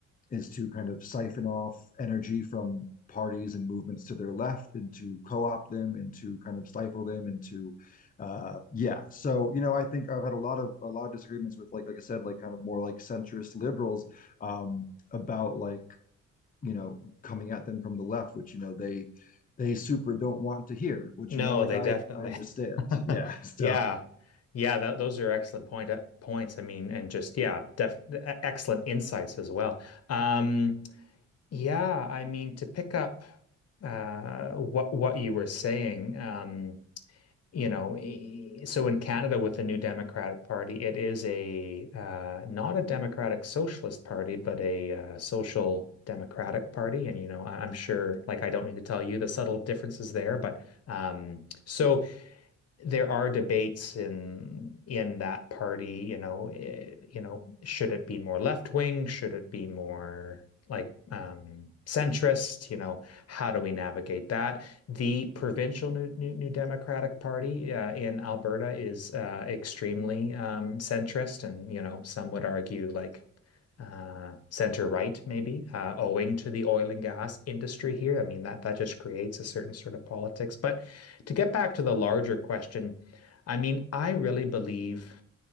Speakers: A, on the left; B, on the left.
A: is to kind of siphon off energy from parties and movements to their left and to co-opt them and to kind of stifle them and to uh yeah so you know i think i've had a lot of a lot of disagreements with like like i said like kind of more like centrist liberals um about like you know, coming at them from the left, which, you know, they they super don't want to hear, which,
B: No,
A: you know, like
B: they
A: I
B: definitely
A: I understand.
B: <laughs>
A: <laughs> Yeah. So
B: Yeah.
A: uh,
B: Yeah, tho- those are excellent point uh, points. I mean, and just yeah, def e- excellent insights as well. Um, yeah, I mean to pick up uh what what you were saying, um, you know, e- so in Canada with the new Democratic Party, it is a uh not a democratic socialist party, but a uh, social democratic party. And you know, I I'm sure like I don't need to tell you the subtle differences there, but um so there are debates in in that party, you know, eh, you know, should it be more left wing? Should it be more like um, centrist? You know, how do we navigate that? The provincial New New, New Democratic Party uh, in Alberta is uh, extremely um, centrist, and you know, some would argue like uh, center right, maybe, uh, owing to the oil and gas industry here. I mean, that that just creates a certain sort of politics. But to get back to the larger question, I mean, I really believe